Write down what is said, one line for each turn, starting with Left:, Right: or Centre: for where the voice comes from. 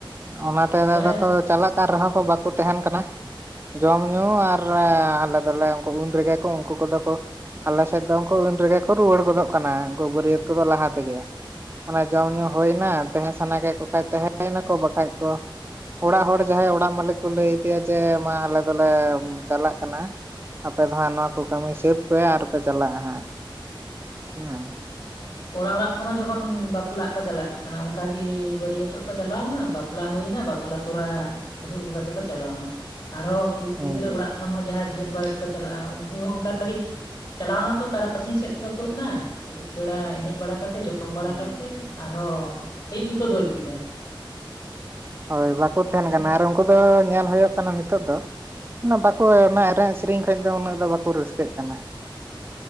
Right: ᱚᱱᱟᱛᱮ
Left: ᱡᱟᱦᱟᱸᱭᱟᱜ
Right: ᱟ ᱠᱚ ᱪᱟᱞᱟᱜᱻ ᱠᱟᱱ ᱨᱮᱦᱚᱸ ᱠᱚ ᱵᱟᱠᱚ ᱛᱟᱦᱮᱱ ᱠᱟᱱᱟ ᱾ ᱡᱚᱢ ᱧᱩ ᱟᱨ ᱟᱞᱮ ᱫᱚᱞᱮ ᱩᱱ ᱩᱱ ᱨᱮᱜᱮ ᱠᱚ ᱩᱱᱠᱩ ᱠᱚᱫᱚ ᱠᱚ, ᱟᱞᱮᱥᱮᱫ ᱫᱚ ᱩᱱᱠᱩ ᱩᱱ ᱨᱮᱜᱮ ᱠᱚ ᱨᱩᱣᱟᱹᱲ ᱜᱚᱫᱚᱜ ᱠᱟᱱᱟ, ᱩᱱᱠᱩ ᱵᱟᱹᱨᱭᱟᱹᱛ ᱠᱚᱫᱚ ᱞᱟᱦᱟ ᱛᱮᱜᱮ ᱾ ᱚᱱᱟ ᱡᱚᱢ
Left: ᱦᱩᱸ
Right: ᱧᱩ ᱦᱩᱭᱱᱟ ᱛᱟᱦᱮᱸ ᱥᱟᱱᱟ ᱠᱮᱫ ᱠᱚ ᱠᱷᱟᱱᱡ ᱛᱟᱦᱮᱸ ᱭᱮᱱᱟᱠᱚ ᱵᱟᱠᱷᱟᱡ ᱠᱚ ᱚᱲᱟᱜ ᱦᱚᱲᱻ ᱡᱟᱦᱟᱸᱭ ᱚᱲᱟᱜ ᱢᱟᱹᱞᱤᱠ ᱠᱚ ᱞᱟᱹᱭ ᱟᱫᱮᱭᱟ ᱡᱮ ᱢᱟ ᱟᱞᱮ ᱫᱚᱞᱮ ᱪᱟᱞᱟᱜ ᱠᱟᱱᱟ ᱾ ᱟᱯᱮ ᱫᱚ ᱦᱟᱸᱜ ᱱᱚᱣᱟ
Left: ᱦᱳᱭ
Right: ᱠᱚ ᱠᱟᱹᱢᱤ ᱥᱟᱹᱛ ᱯᱮ ᱟᱨ ᱯᱮ ᱪᱟᱞᱟᱜᱼᱟ ᱦᱟᱸᱜ
Left: ᱦᱩᱸ
Right: ᱦᱮᱸ ᱾
Left: ᱠᱚᱲᱟ ᱚᱲᱟᱜ ᱠᱷᱚᱱ ᱦᱚᱸ ᱡᱚᱠᱷᱚᱱ ᱵᱟᱯᱞᱟᱜ ᱠᱚ ᱪᱟᱞᱟᱜ ᱠᱟᱱᱟ, ᱚᱱᱠᱟᱜ ᱜᱮ ᱵᱟᱹᱨᱭᱟᱹᱛᱚᱜ ᱠᱚ ᱪᱟᱞᱟᱣᱱᱟ ᱵᱟᱯ ᱞᱟ ᱦᱩᱭ ᱵᱟᱯᱞᱟ ᱛᱚᱨᱟ ᱵᱟᱹᱦᱩ ᱟᱜᱩ ᱠᱟᱛᱮ ᱠᱚ ᱪᱟᱞᱟᱣᱱᱟ ᱟᱨᱦᱚ ᱠᱩᱲᱤ
Right: ᱦᱮᱸ
Left: ᱜᱤᱫᱽᱨᱟᱹ ᱚᱲᱟᱜ ᱠᱚ ᱦᱚᱸ ᱡᱟᱦᱟᱸ ᱡᱤᱭᱟᱹᱛ ᱵᱟᱨᱮᱛ ᱠᱚ ᱪᱟᱞᱟᱜᱼᱟ ᱩᱱᱠᱩ ᱦᱚᱸ ᱚᱱᱠᱟᱜ ᱜᱮ ᱪᱟᱞᱟᱣᱱᱟ ᱠᱚ ᱛᱟᱨᱟᱥᱤᱧ ᱥᱮᱫ ᱛᱮᱠᱚ ᱛᱳᱫ ᱮᱱᱟ ᱟᱹᱭᱩᱵ ᱵᱮᱲᱟ ᱮᱱᱮᱡ ᱵᱟᱲᱟ ᱠᱟᱛᱮ ᱡᱚᱢ ᱵᱟᱲᱟ
Right: ᱦᱮᱸ
Left: ᱠᱟᱛᱮ ᱟᱨᱦᱚᱸ ᱟᱭᱩᱵ ᱜᱮᱠᱚ ᱫᱟᱹᱲ ᱠᱮᱫᱟ ᱾
Right: ᱦᱳᱭ ᱵᱟᱠᱚ ᱛᱟᱦᱮᱱ ᱠᱟᱱᱟ
Left: ᱟᱨᱠᱤ
Right: ᱟᱨ ᱩᱱᱠᱩ ᱫᱚ ᱧᱮᱞ ᱦᱩᱭᱩᱜ ᱠᱟᱱᱟ ᱱᱤᱛᱚᱜ ᱫᱚ! ᱚᱱᱟ ᱵᱟᱠᱚ
Left: ᱦᱩᱸ
Right: ᱚᱱᱟ ᱮᱱᱮᱡ ᱥᱮᱨᱮᱧ ᱠᱷᱚᱱ ᱫᱚ ᱩᱱᱟᱹᱜ ᱫᱚ ᱵᱟᱠᱚ ᱨᱟᱹᱥᱠᱟᱹᱜ ᱠᱟᱱᱟ ᱾